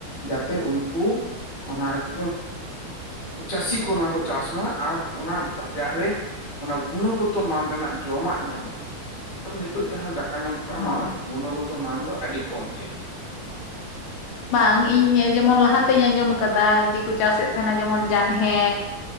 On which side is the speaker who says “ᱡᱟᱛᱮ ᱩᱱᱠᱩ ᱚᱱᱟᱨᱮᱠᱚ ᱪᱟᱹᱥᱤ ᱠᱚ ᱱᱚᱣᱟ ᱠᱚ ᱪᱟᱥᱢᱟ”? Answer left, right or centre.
Left